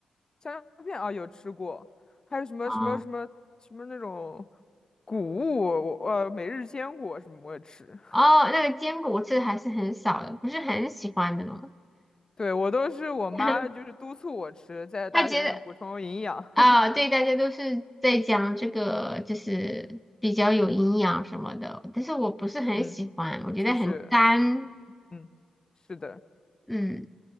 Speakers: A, on the left; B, in the centre.
A: 香蕉片啊有吃过，还有什么什么什么什么那种
B: 哦
A: 谷物，我呃每日坚果什么我也吃。
B: 哦，那个坚果我吃的还是很少的，不是很喜欢那种。
A: 对，我都是我妈就是督促我吃，
B: <laughs>
A: 在大学里补充营养。
B: 他觉得。啊，
A: <laughs>
B: 对，大家都是在讲这个，就是比较有营养什么的，但是我不是很喜欢，
A: 嗯，
B: 我觉得很干。
A: 就是嗯，是的。
B: 嗯，